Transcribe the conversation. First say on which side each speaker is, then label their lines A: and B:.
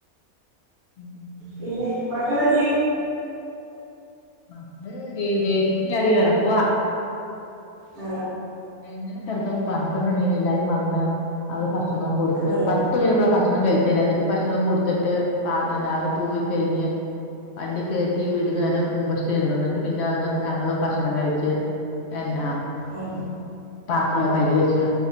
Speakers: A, on the left (about 65°); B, on the right (about 55°).
A: പിന്നെ
B: പിന്നെ കപ്പലണ്ടി
A: മമ്മള് ഏ ഏറ്റിട്ടില്ലാടി കെടക്കുവാ
B: ആ
A: ഇന്നലെ കെടന്നത് പന്ത്രണ്ടണിയായി എല്ലാരും വന്ന് അവര് ഭക്ഷ് ഭക്ഷണംവും കൊടുത്ത്
B: ഉം
A: പത്ത് മണിയായപ്പ ഭക്ഷണം കഴിച്ച എന്നിട്ട് ഭക്ഷണവും കൊടുത്തിട്ട് പ എല്ലാരും പോയിക്കഴിഞ്ഞ് വണ്ടി കേറ്റി വീടുന്ന നേരം മുമ്പ് ചീന്നിട്ട് പിന്നെ അന്ന് ഞങ്ങള് ഭക്ഷണം കഴിച്ച് എന്നാ
B: ഉം
A: പാത്രവൊക്കെ കഴികിവെച്ച്